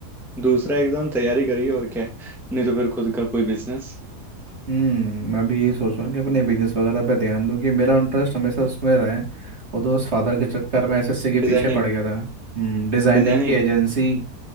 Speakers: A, in the centre; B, on the right.
A: दूसरा एग्जाम तैयारी करिए और क्या है नहीं तो फिर खुद का कोई बिजनेस
B: हम्म मैं भी यही सोच रहा हूँ कि अपने बिजनेस वगैरह पे ध्यान दूँ कि मेरा इंटरेस्ट हमेशा उसमें रहे वो तो उस फादर के चक्कर में एसएससी के पीछे
A: डिजाइनिंग
B: पड़ गया था हम्म डिज़ाइनिंग
A: डिजाइनिंग
B: की एजेंसी